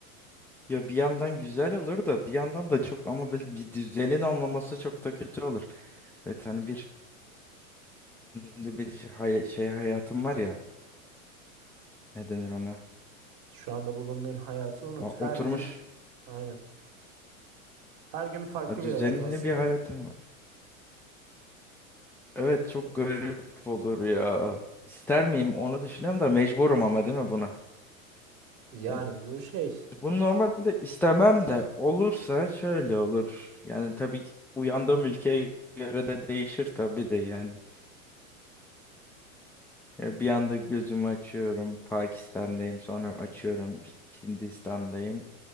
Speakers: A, in the centre; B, on the right.
A: Ya bir yandan güzel olur da bir yandan da çok ama böyle bir düzenin olmaması çok da kötü olur. Evet hani bir bir şey, hay- şey hayatım var ya ne denir ona?
B: Şu anda bulunduğun hayatı unut.
A: Ya
B: Her
A: oturmuş
B: gün aynen. Her gün farklı
A: ya düzenli
B: bir hayat aslında.
A: bir hayatım var. Evet çok garip olur ya. İster miyim onu düşünüyorum da mecburum ama değil mi buna?
B: Yani
A: Ya,
B: bu şey.
A: bunu normalde istemem de olursa şöyle olur. Yani tabii ki uyandığım ülkeye göre de değişir tabii de yani. Ya Bir anda gözümü açıyorum. Pakistan'dayım. Sonra açıyorum. Hindistan'dayım.